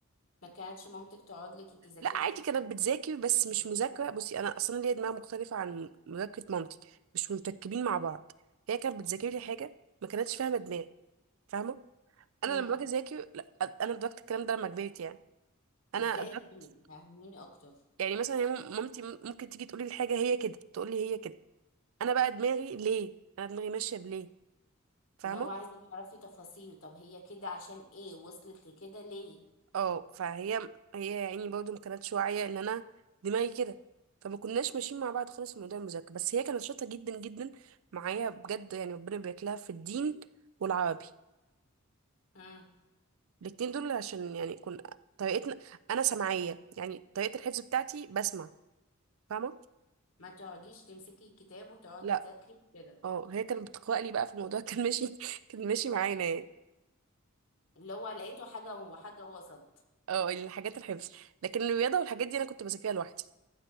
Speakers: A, on the left; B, on the right.
A: ما كانتش مامتك تقعد لك انت ذاكرتي
B: لا عادي
A: كده
B: كانت بتذاكر بس مش
A: <laughs>
B: مذاكرة بصي أنا أصلا ليا دماغ مختلفة عن مذاكرة مامتي مش متركبين مع بعض هي كانت بتذاكر لي حاجة ما كانتش فاهمة دماغي فاهمة؟
A: هم.
B: أنا لما باجي أذاكر لا أنا أدركت الكلام ده لما كبرت يعني انا
A: ازاي
B: أدركت
A: طيب فهميني اكتر
B: يعني مثلا هي مم- مامتي مم- ممكن تيجي تقولي الحاجه هي كده تقولي هي كده انا بقى دماغي ليه انا دماغي ماشيه بليه فاهمه
A: اللي هو عايزه تعرفي تفاصيل طب هي كده عشان ايه وصلت لكده ليه
B: اه فهي هي يعني برضه ما كانتش واعيه ان انا دماغي كده فما كناش ماشيين مع بعض خالص في موضوع المذاكره بس هي كانت شاطره جدا جدا معايا بجد يعني ربنا يباركلها في الدين والعربي
A: امم
B: الاتنين دول عشان يعني كن طريقتنا انا سمعيه يعني طريقه الحفظ بتاعتي بسمع فاهمه
A: ما تقعديش تمسكي الكتاب وتقعدي
B: لا
A: تذاكري كده
B: اه هي كانت بتقرأ لي بقى في الموضوع كان ماشي <laughs> كان ماشي معانا يعني
A: اللي هو لقيته حاجه وحاجه وسط
B: اه الحاجات الحفظ لكن الرياضة والحاجات دي أنا كنت بذاكرها لوحدي